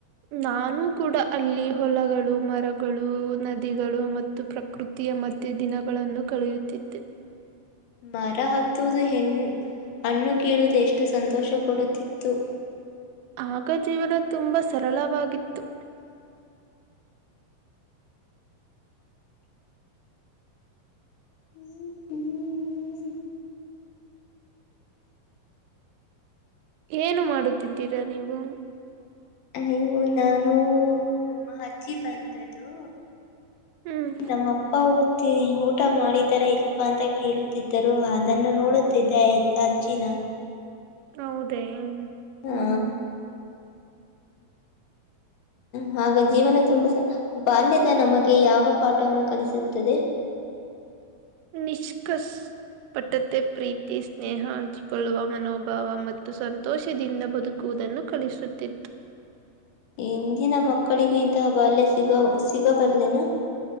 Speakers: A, on the right (about 80°); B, on the left (about 70°).
A: ನಾನು ಕೂಡ ಅಲ್ಲಿ ಹೊಲಗಳು ಮರಗಳು ನದಿಗಳು ಮತ್ತು ಪ್ರಕೃತಿಯ ಮತ್ತೆ ದಿನಗಳನ್ನು ಕಳೆಯುತ್ತಿದ್ದತ್ತು.
B: ಮರ ಹತ್ತುವುದು ಹೆಣ ಹಣ್ಣು ಕೀಳುವುದು ಎಷ್ಟು ಸಂತೋಷ ಕೊಡುತ್ತಿತ್ತು.
A: ಆಗ ಜೀವನ ತುಂಬಾ ಸರಳವಾಗಿತ್ತು.
B: ಹ್ಮ ಹ್ಮ
A: ಏನು ಮಾಡುತ್ತಿದ್ದೀರಾ ನೀವು
B: ಅಯ್ಯೋ ನಾನು ನಮ್ಮ ಅಜ್ಜಿ ಬಂದ್ದು
A: ಹ್ಮ್
B: ನಮ್ಮ ಅಪ್ಪ ಊತಿ ಊ ಊಟ ಮಾಡಿದರ ಇಲ್ವಾ ಅಂತ ಕೇಳುತ್ತಿದ್ದರು ಅದನ್ನು ನೋಡುತ್ತಿದ್ದೆ ಅಜ್ಜಿನ
A: ಹೌದೇ ಹ್ಮ್
B: ಆ ಹಾಗ ಜೀವನ ತುಂಬ ಸ ಬಾಲ್ಯದ ನಮಗೆ ಯಾವ ಪಾಠವನ್ನು ಕಲಿಸುತ್ತದೆ
A: ನಿಷ್ಕಷ ಪಟ್ಟತ್ತ ಪ್ರೀತಿ ಸ್ನೇಹ ಹಂಚಿಕೊಳ್ಳುವ ಮನೋಭಾವ ಮತ್ತು ಸಂತೋಷದಿಂದ ಬದುಕುವುದು. ನ್ನು ಕಳಿಸುತ್ತಿತ್ತು.
B: ಇಂದಿನ ಮಕ್ಕಳಿಗೂ ಇಂತಹ ಬಾಲ್ಯ ಸಿಗ ಸಿಗಬಲ್ಲಲ್ಲೇನಾ